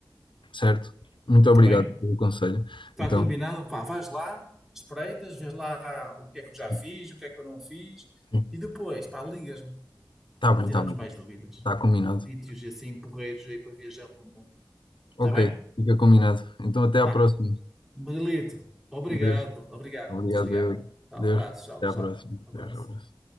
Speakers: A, on the left; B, in the centre.
A: certo. Muito
B: Está
A: obrigado
B: bem?
A: pelo conselho.
B: Está
A: Então,
B: combinado? Pá, vais lá, espreitas, vês lá o que é que eu já
A: sim,
B: fiz, o que é que eu não fiz.
A: sim.
B: E depois, pá, ligas-me
A: Está
B: para
A: bem,
B: tirarmos
A: está bem.
B: mais dúvidas.
A: Está combinado.
B: Sítios e assim, porreiros aí para viajar pelo mundo.
A: Ok,
B: Está bem?
A: fica combinado. Então, até
B: Pá,
A: à próxima.
B: Miguelito, obrigado,
A: Deus.
B: pô, obrigado.
A: Obrigado,
B: Desligado.
A: eu.
B: Tchau,
A: Deus.
B: abraço, tchau,
A: Até
B: tchau.
A: à próxima.
B: Abraço,
A: Deus, abraço.